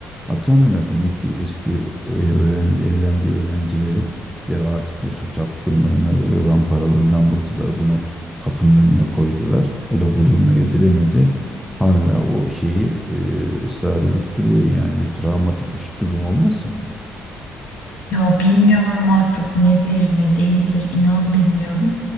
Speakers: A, in the centre; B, on the left.
A: atamıyor. Demek ki eski öğren, evlendiği öğrencileri ya artık bu çapkınlığını, zamparalığından bıktılar bunu kapının önüne koydular. Bu da gururuna yediremedi. Hala o şeyi e, ısrar edip duruyor yani bir travmatik bir şey- durum olmasın.
B: Ya bilmiyorum artık nedir ne değildir inan bilmiyorum